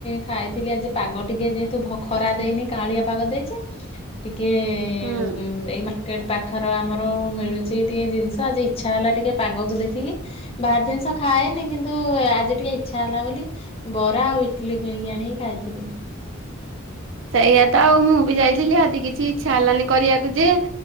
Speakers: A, on the left (about 25°); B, on the right (about 65°).
A: ଖାଇଥିଲି ଆଜି ପାଗ ଟିକେ ଯେହେତୁ ଖରା ଦେଇନି କାହାଳିଆ ପାଗ ଦେଇଚି ଟିକେ
B: ହୁଁ।
A: ଉଁ ଏଇ ମାର୍କେଟ୍ ପା ଖର ଆମର ମିଳୁଛି ଟିକେ ଜିନିଷ ଆଜି ଇଚ୍ଛା ହେଲା ଟିକେ ପାଗକୁ ଦେଖିକି। ବାହାର ଜିନିଷ ଖାଏନି କିନ୍ତୁ ଆଜି ଟିକେ ଇଚ୍ଛା ହେଲା ବୋଲି ବରା ଆଉ ଇଟଲି କିଣିକି ଆଣିକି ଖାଇଥିଲି।
B: ସେଇଆ ତ ଆଉ ମୁଁ ବି ଯାଇଥିଲି ଆଜି କିଛି ଇଚ୍ଛା ହେଲାନି କରିଆକୁ ଯେ